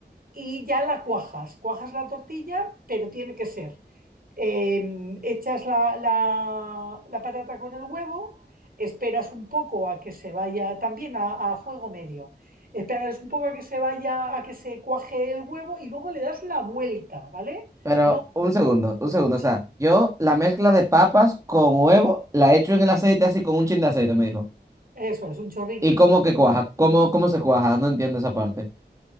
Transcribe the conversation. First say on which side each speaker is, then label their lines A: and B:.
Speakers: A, on the right; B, on the right.
A: y ya la cuajas. Cuajas la tortilla, pero tiene que ser. eh, echas la, la- la patata con el huevo, esperas un poco a que se vaya, también a, a fuego medio. Esperas un poco a que se vaya, a que se cuaje el huevo y luego le das la vuelta, ¿vale?
B: Pero
A: No,
B: un segundo, un segundo.
A: Sí.
B: O sea, yo la mezcla de papas con huevo la echo en el aceite así con un chin de aceite, me dijo.
A: eso es un chorrico,
B: ¿Y
A: sí.
B: cómo que cuaja? ¿Cómo, cómo se cuaja? No entiendo esa parte.